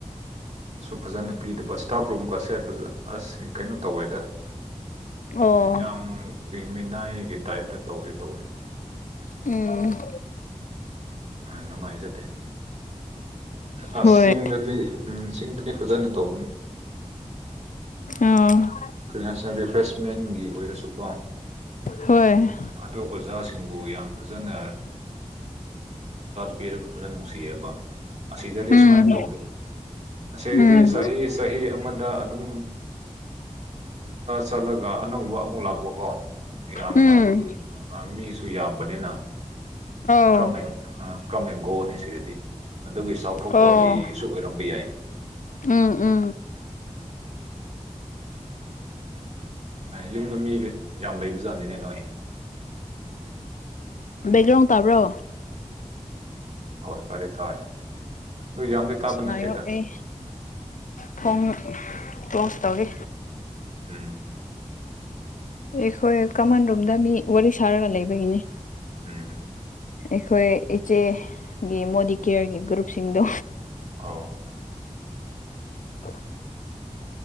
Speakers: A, on the right; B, on the left.
A: ꯁꯨ ꯐꯖꯅ ꯄꯤꯗꯕ ꯏꯁꯇꯥꯐ ꯔꯨꯝꯒꯁꯦ ꯑꯁ ꯀꯩꯅꯣ ꯇꯧꯋꯦꯗ
B: ꯑꯣ
A: ꯌꯥꯝ ꯃꯤꯅꯥꯏꯒꯤ ꯇꯥꯏꯞꯇ ꯇꯧꯗꯤ ꯇꯧꯋꯦ
B: ꯎꯝ
A: ꯅꯨꯡꯉꯥꯏꯖꯗꯦ ꯑ
B: ꯍꯣꯏ
A: ꯆꯤꯡꯗꯗꯤ ꯎꯝ ꯆꯤꯡꯗꯗꯤ ꯐꯖꯅ ꯇꯧꯕꯅꯦ
B: ꯑꯥ
A: ꯀꯔꯤꯒꯤ ꯍꯥꯏꯅ ꯔꯤꯐ꯭ꯔꯦꯁꯃꯦꯟꯒꯤ ꯑꯣꯏꯔꯁꯨꯀꯣ
B: ꯍꯣꯏ
A: ꯑꯗꯣ ꯑꯣꯖꯥꯁꯤꯡꯕꯨ ꯌꯥꯝ ꯐꯖꯅ ꯄꯤꯔꯒ ꯐꯖꯅ ꯅꯨꯡꯁꯤꯌꯦꯕ ꯑꯁꯤꯗꯗꯤ ꯑꯁꯨꯃꯥꯏꯅ
B: ꯎꯝ
A: ꯇꯧꯗꯦ ꯑꯁꯤꯗꯤ
B: ꯎꯝ
A: ꯆꯍꯤ ꯆꯍꯤ ꯑꯃꯗ ꯑꯗꯨꯝ ꯆꯠꯂꯒ ꯑꯅꯧꯕ ꯑꯃꯨꯛ ꯂꯥꯛꯄꯀꯣ ꯌꯥꯝ
B: ꯎꯝ
A: ꯑꯗꯨꯝ ꯃꯤꯁꯨ ꯌꯥꯝꯕꯅꯤꯅ
B: ꯑꯧ
A: ꯀꯃꯦꯡ ꯀꯃꯦꯡ ꯒꯣꯅꯤ ꯁꯤꯗꯗꯤ ꯑꯗꯨꯒꯤ ꯆꯥꯎꯊꯣꯛꯄꯒꯤꯁꯨ
B: ꯑꯣ
A: ꯑꯣꯏꯔꯝꯕ ꯌꯥꯏ
B: ꯎꯝ ꯎꯝ
A: ꯌꯨꯝꯗ ꯃꯤ ꯌꯥꯝ ꯂꯩꯕ ꯖꯥꯠꯅꯤꯅꯦ ꯅꯣꯏ
B: ꯕꯦꯛꯒ꯭ꯔꯥꯎꯟ ꯇꯥꯕ꯭ꯔꯣ
A: ꯍꯣꯏ ꯈꯔꯗꯤ ꯇꯥꯏ ꯑꯗꯨ ꯌꯥꯝꯗꯤ ꯇꯥꯕ
B: ꯅꯥꯏꯌꯣ
A: ꯅꯠꯇꯦꯗ
B: ꯑꯩ ꯊꯣꯡ ꯀ꯭ꯂꯣꯁ ꯇꯧꯔꯤ
A: ꯎꯝ
B: ꯑꯩꯈꯣꯏ ꯀꯃꯟ ꯔꯨꯝꯗ ꯃꯤ ꯋꯥꯔꯤ ꯁꯥꯔꯒ ꯂꯩꯕꯒꯤꯅꯤ
A: ꯎꯝ
B: ꯑꯩꯈꯣꯏ ꯏꯆꯦꯒꯤ ꯃꯣꯗꯤ ꯀꯦꯌꯔꯒꯤ ꯒ꯭ꯔꯨꯞꯁꯤꯡꯗꯣ
A: ꯑꯣ
B: <unintelligible>